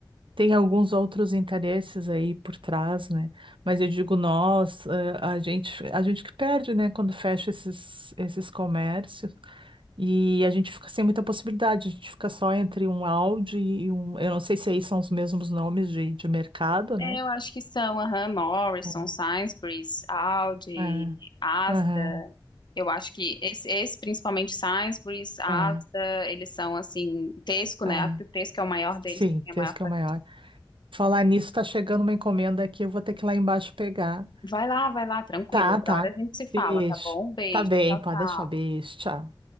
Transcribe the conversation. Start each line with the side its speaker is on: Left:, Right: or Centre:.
Right: tem alguns outros interesses aí por trás, né? Mas eu digo nós, eh, a gente, a gente que perde, né, quando fecha esses, esses comércios e a gente fica sem muita possibilidade, a gente fica só entre um Audi e um. Eu não sei se aí são os mesmos nomes de, de mercado,
Left: É,
Right: né?
Left: Eu acho que são, aham, Morrison,
Right: É,
Left: Sainsbury's, Aldi,
Right: é,
Left: Asda.
Right: aham,
Left: Eu acho que esse, esse, principalmente Sainsbury's, Asda,
Right: é,
Left: eles são assim, Tesco, né?
Right: é.
Left: Acho que o Tesco é o maior deles,
Right: Sim,
Left: que tem a maior
Right: esse que
Left: fatia.
Right: é o maior. Falar nisso, tá chegando uma encomenda aqui, eu vou ter que ir lá embaixo pegar.
Left: Vai lá, vai lá, tranquilo.
Right: Tá,
Left: Outra
Right: tá.
Left: hora a gente se fala,
Right: Beijo.
Left: tá bom? Um Beijo,
Right: Tá bem,
Left: tchau,
Right: pode
Left: tchau.
Right: deixar. Beijo. Tchau.